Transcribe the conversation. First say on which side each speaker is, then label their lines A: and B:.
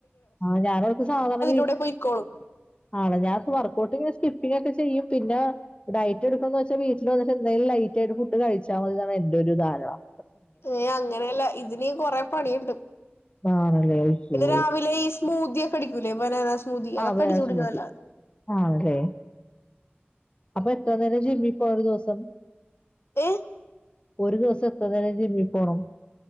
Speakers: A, on the left; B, on the left.
A: ആ ഞാനടുക്ക് സാധാരണ വീ
B: കൂടെ പൊയ്ക്കോളും
A: ആട ഞത്ത് പറക്ക ബട്ടെ സ്കിപ്പി്ക്കെ ചെയ്യും പിന്നെ ഡൈറ്റ് എടുക്കന്ന് വച്ചാ വീട്ടിൽ വ എന്തെലും ലൈറ്റ് ആട്ട്ുഡ് കഴിച്ചാ എന്റെറെ ഒരു ധാരണമാണ്
B: ഏ അങ്ങനെയല്ല ഇതിന് കൊറെ പണിയുണ്ട്
A: ആണല്ലേ അഴച്ചോ
B: പിന്നെ രാവിലെ ഈ സ്മൂതി ഒക്കെ അടിക്കൂലേ ബനാന സ്മൂതി അതൊക്കെ
A: വേറെ
B: അടിച്ചു കുടും
A: സ്മൂത്തി
B: നല്ല
A: ആണല്ലേ അപ്പൊ എത്ര നേരം ചെയി ഇപ്പൊ ഒരു ദിവസം
B: ഏ
A: ഒരു ദിവസം പ്രതാനതിി വി പോണം